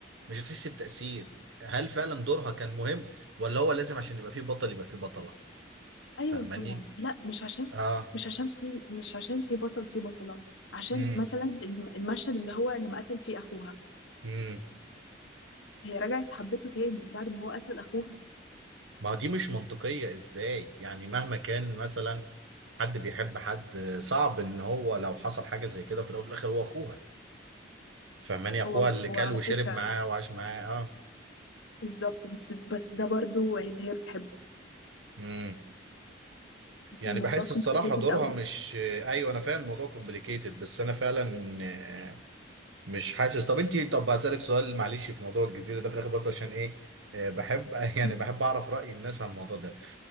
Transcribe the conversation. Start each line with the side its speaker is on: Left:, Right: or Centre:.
Right: مش هتحس بتأثير هل فعلا دورها كان مهم ولا هو لازم عشان يبقى فيه بطل يبقى فيه بطله
Left: ايوه
Right: فاهماني
Left: طبعا لا مش عشان
Right: اه
Left: مش عشان في مش عشان في بطل في بطلة عشان
Right: امم
Left: مثلا الم- المشهد اللي هو لما قتل فيه اخوها
Right: امم
Left: هي رجعت حبته تاني بعد ما هو قتل اخوها
Right: ما دي مش منطقيه ازاي يعني مهما كان مثلا حد بيحب حد صعب ان هو لو حصل حاجه زي كده في الاول وفي الاخر هو اخوها فاهماني اخوها
Left: هو هو
Right: اللي كل
Left: على
Right: وشرب
Left: فكرة
Right: معاه وعاش معاه
Left: بالظبط بس بس ده برضو ان هي بتحبه
Right: اه
Left: بس
Right: يعني
Left: الموضوع
Right: بحس الصراحة
Left: complicated
Right: دورها
Left: قوي
Right: مش ايوه انا فاهم الموضوع كومبليكيتد بس انا فعلا آه، مش حاسس طب انت طب هسألك سؤال معلش في موضوع الجزيرة ده في الاخر برضه عشان ايه آه، بحب <laughs> يعني
Left: مم.
Right: بحب اعرف رأي الناس عن الموضوع ده